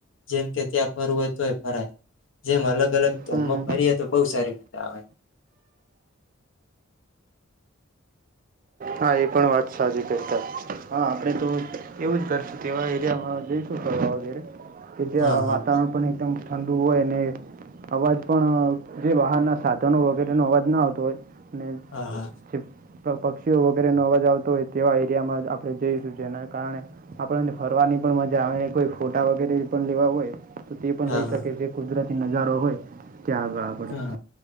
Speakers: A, on the left; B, on the right.
A: જેમ કે ત્યાં ફરવું હોય તોય ફરાય જેમ અલગ અલગ <unintelligible>
B: હમ હમ
A: બો સારી મજા આવે <inaudible>
B: હા એ પણ વાત સાચી <unintelligible> હા આપડે તો એવું જ કરશું તેવા એરિયામાં જઈશું કરવા વગેરે કે જ્યાં
A: હા હા
B: વાતાવરણ પણ એકદમ ઠંડુ હોય ને અવાજ પણ જે બહારના સાધનો વગેરેનો અવાજ ન આવતો હોય ને
A: હા હા
B: જે પક્ષ પક્ષીઓ વગેરે નો અવાજ આવતો હોય તેવા એરિયામાં આપણે જઈશું એના કારણે આપણને ફરવાની પણ મજા આવીને કોઈ ફોટા વગેરે પણ લેવા હોય તો તે પણ
A: હા
B: લઈ
A: હા
B: શકે છે કુદરતી નજારો હોય ત્યાં આગળ આપણે
A: હા